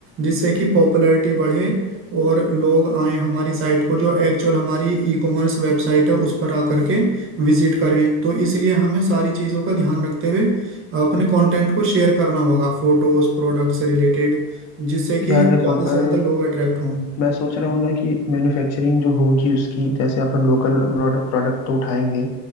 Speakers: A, on the right (about 30°); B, on the left (about 40°).
A: जिससे कि पॉपुलैरिटी बढ़े और लोग आए हमारी साइट को जो एक्चुअल हमारी ई कॉमर्स वेबसाइट है उस पर आकर के विजिट करें तो इसलिए हमें सारी चीज़ों का ध्यान रखते हुए अपने कंटेंट को शेयर करना होगा फोटोज प्रोडक्ट से रिलेटेड जिससे कि
B: यार
A: ज़्यादा
B: देखो
A: से
B: पर
A: ज़्यादा लोग अट्रैक्ट हों
B: मैं सोच रहा हूँ ना कि मैन्युफैक्चरिंग जो होगी उसकी जैसे अपन लोकल प्रोडक्ट तो उठाएंगे